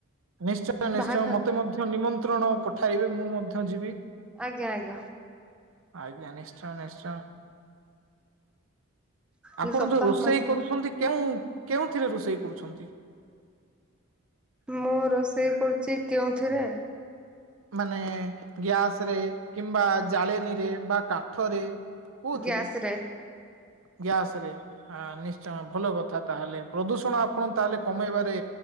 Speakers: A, on the right (about 75°); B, in the centre.
A: ନିଶ୍ଚୟ ନିଶ୍ଚୟ
B: ବାହାଘର
A: ମତେ ମଧ୍ୟ ନିମନ୍ତ୍ରଣ ପଠାଇବେ ମୁଁ ମଧ୍ୟ ଯିବି।
B: ଆଜ୍ଞା ଆଜ୍ଞା।
A: ଆଜ୍ଞା ନିଶ୍ଚୟ ନିଶ୍ଚୟ। ଆପଣ
B: ଏଇ ସପ୍ତାହ
A: ଯୋଉ ରୋଷେଇ
B: ମଧ୍ୟରେ।
A: କରୁଛନ୍ତି କେଉଁ କେଉଁଥିରେ ରୋଷେଇ କରୁଛନ୍ତି?
B: ମୁଁ ରୋଷେଇ କରୁଛି କେଉଁଥିରେ
A: ମାନେ ଗ୍ୟାସ ରେ କିମ୍ବା ଜାଳେନୀରେ ବା କାଠରେ? କୋଉଥିରେ?
B: ଗ୍ୟାସ ରେ।
A: ଗ୍ୟାସ ରେ ନିଶ୍ଚୟ ଭଲ କଥା ତାହେଲେ ପ୍ରଦୂଷଣ ଆପଣ ତାହେଲେ କମେଇବାରେ